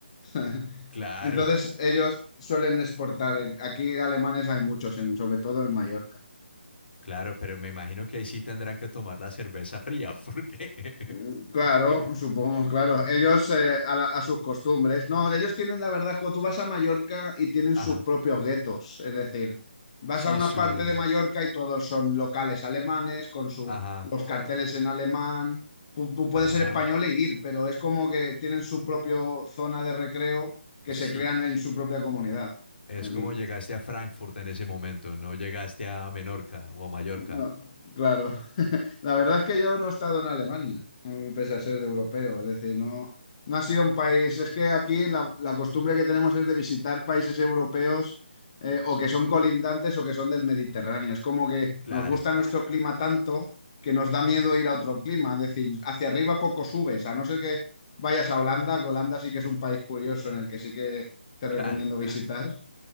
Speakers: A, on the left (about 35°); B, on the left (about 60°).
A: <laughs>
B: claro,
A: Entonces ellos suelen exportar. Aquí alemanes hay muchos, en- sobre todo en Mallorca.
B: claro, pero me imagino que ahí sí tendrán que tomar la cerveza fría, porque...
A: Mm, Claro,
B: <laughs>
A: supongo, claro. Ellos eh, a, la- a sus costumbres. No, ellos tienen la verdad, cuando tú vas a Mallorca y tienen
B: Ajá,
A: sus propios guetos. Es decir, vas
B: sí,
A: a una
B: su...
A: parte de Mallorca y todos son locales alemanes con su,
B: Ajá,
A: los carteles en alemán. Tú, tú puedes
B: ah,
A: ser español e ir, pero es como que tienen su propia zona de recreo que
B: sí,
A: se crean en su propia comunidad.
B: es
A: Aquí.
B: como llegaste a Frankfurt en ese momento, no llegaste a Menorca o a Mallorca.
A: No, claro. <laughs> La verdad es que yo no he estado en Alemania, mm, pese a ser de europeo. Es decir, no, no ha sido un país. Es que aquí la, la costumbre que tenemos es de visitar países europeos eh, o que son colindantes o que son del Mediterráneo. Es como que
B: Claro,
A: nos gusta nuestro clima tanto que nos da miedo ir a otro clima. Es decir, hacia arriba poco subes, a no ser que vayas a Holanda, que Holanda sí que es un país curioso en el que sí que te
B: claro.
A: recomiendo visitar.